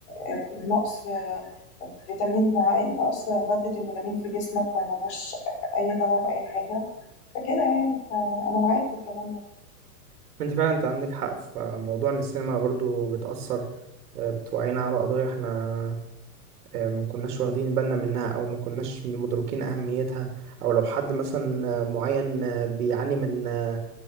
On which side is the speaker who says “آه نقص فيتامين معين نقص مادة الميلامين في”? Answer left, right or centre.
Left